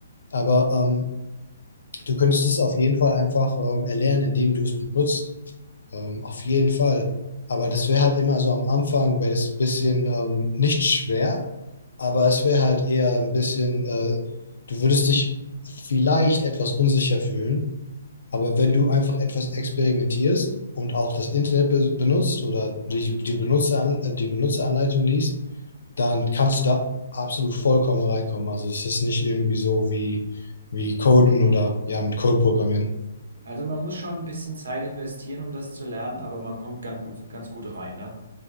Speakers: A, on the left; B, on the right.
A: Aber ähm, du könntest es auf jeden Fall einfach ähm, erlernen, indem du es benutzt. Ähm, auf jeden Fall. Aber das wäre halt immer so am Anfang, wäre es ein bisschen ähm, nicht schwer, aber es wäre halt eher ein bisschen, äh, du würdest dich vielleicht etwas unsicher fühlen. Aber wenn du einfach etwas experimentierst und auch das Internet be benutzt oder die, die, Benutzeran die Benutzeranleitung liest, dann kannst du da absolut vollkommen reinkommen. Also es ist nicht irgendwie so wie, wie Coden oder ja, mit Code programmieren.
B: Also man muss schon ein bisschen Zeit investieren, um das zu lernen, aber man kommt ganz gut, ganz gut rein, ne?